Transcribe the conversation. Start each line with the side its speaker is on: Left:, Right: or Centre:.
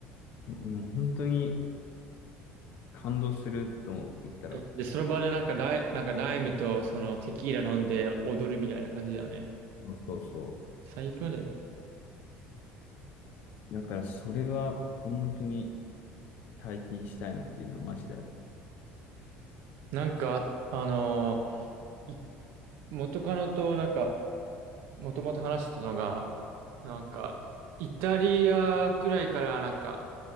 Left: もう本当に感動すると言ったら、
Right: えで、その場でなんかライ、なんかライムとそのテキーラ飲んで踊るみたいな感じだよね。
Left: そうそうそ
Right: 最高だよね。
Left: う。だから、それは本当に体験したいなっていうのはマジである。
Right: なんか、あのー元カノとなんか、もともと話してたのが、なんか、イタリアくらいからなんか、